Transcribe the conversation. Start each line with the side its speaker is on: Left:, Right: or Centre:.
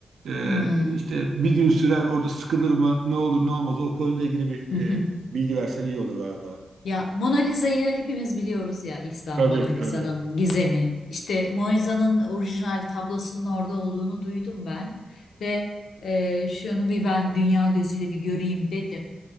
Right: Ee,
Left: Hmm.
Right: işte
Left: <laughs>
Right: bir gün sürer orada sıkılır mı? Ne olur ne olmaz? O konuyla ilgili bir
Left: Hı hı.
Right: e, bilgi versen iyi olur valla.
Left: Ya Mona Lisa'yı hepimiz biliyoruz ya İhsan
Right: Tabii
Left: Mona Lisa'nın
Right: tabii.
Left: gizemi. İşte Mona Lisa'nın orijinal tablosunun orada olduğunu duydum ben ve e, şunu bir ben dünya gözüyle bir göreyim dedim.